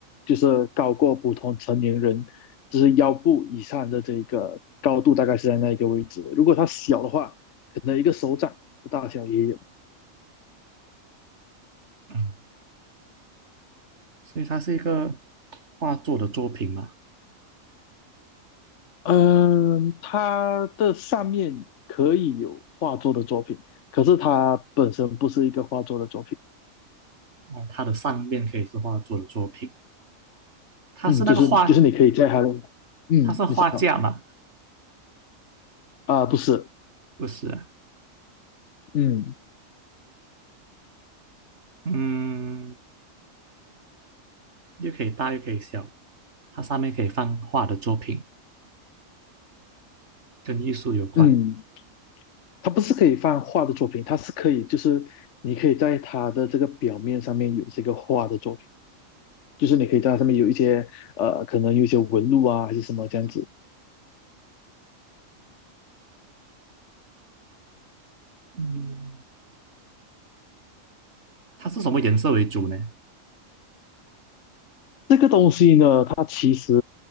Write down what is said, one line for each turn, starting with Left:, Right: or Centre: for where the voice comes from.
Left: 就是高过普通成年人，就是腰部以上的这个高度，大概是在那一个位置。如果它小的话，可能一个手掌的大小也有。
Right: 嗯，所以它是一个画作的作品嘛。
Left: 嗯，它的上面可以有画作的作品，可是它本身不是一个画作的作品。
Right: 哦，它的上面可以是画作的作品，它是那个画，
Left: 嗯，就是就是你可以在它的，嗯，
Right: 它是画架嘛？
Left: 你知道啊，不是，
Right: 不是啊，
Left: 嗯
Right: 嗯，又可以大又可以小，它上面可以放画的作品。跟艺术有关。
Left: 嗯，它不是可以放画的作品，它是可以，就是你可以在它的这个表面上面有这个画的作品，就是你可以在它上面有一些呃，可能有一些纹路啊，还是什么这样子。
Right: 嗯，它是什么颜色为主呢？
Left: 这个东西呢，它其实